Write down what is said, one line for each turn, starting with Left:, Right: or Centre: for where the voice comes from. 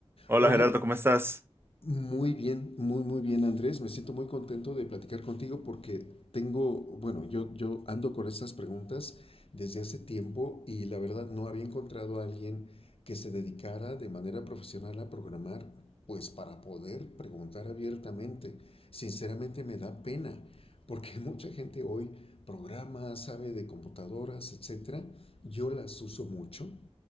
Right: Hola
Left: Hola,
Right: Gerardo, ¿cómo estás?
Left: muy bien, muy, muy bien, Andrés. Me siento muy contento de platicar contigo porque tengo, bueno, yo, yo ando con estas preguntas desde hace tiempo y la verdad no había encontrado a alguien que se dedicara de manera profesional a programar, pues para poder preguntar abiertamente. Sinceramente me da pena porque <laughs> mucha gente hoy programa, sabe de computadoras, etcétera. Yo las uso mucho,